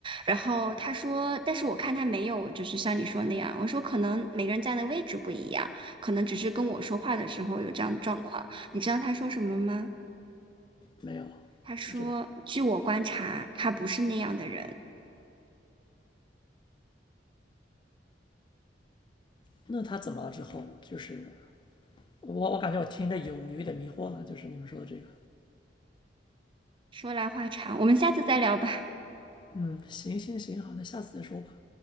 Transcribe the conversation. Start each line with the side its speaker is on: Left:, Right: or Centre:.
Right: 然后他说，但是我看他没有，就是像你说那样。我说可能每个人站的位置不一样，可能只是跟我说话的时候有这样的状况。你知道他说什么吗？
Left: 没有
Right: 他说：
Left: 不知道。
Right: “据我观察，他不是那样的人。”
Left: 那他怎么了之后，就是我我感觉我听着有有一点迷惑了，就是你们说的这个，
Right: 说来话长，我们下次再聊吧。
Left: 嗯，行行行，好，那下次再说吧。